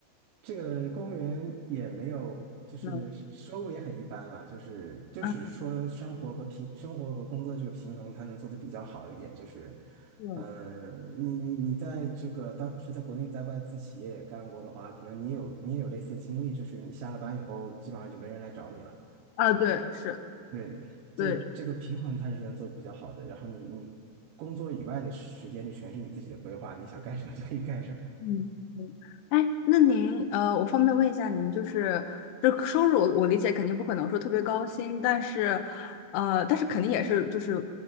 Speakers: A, on the right; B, on the left.
A: 这个公务员也没有，就是收入也很一般啦，
B: 嗯
A: 就是就是说生活和平生活和工作这个平衡，
B: 啊，
A: 他能做的比较好一点。就是，
B: 嗯
A: 嗯、你你你在这个当时在国内在外资企业也干过的话，可能你也有你也有类似的经历，就是你下了班以后，基本上就没人来找你了。
B: 啊，对，是，
A: 对，就这个平衡它是能做得比较好的。
B: 对，
A: 然后你你工作以外的时间就全是你自己的规划，你想干什么就可以干什么。
B: 嗯嗯。哎，那您呃，我方便问一下您，就是这收入我，我理解肯定不可能说特别高薪，但是呃，但是肯定也是就是